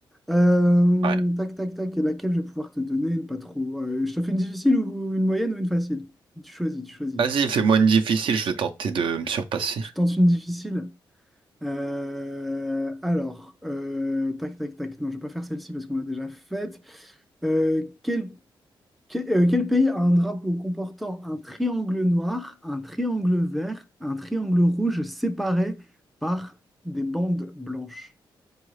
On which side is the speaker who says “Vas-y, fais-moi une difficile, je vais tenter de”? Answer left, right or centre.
Right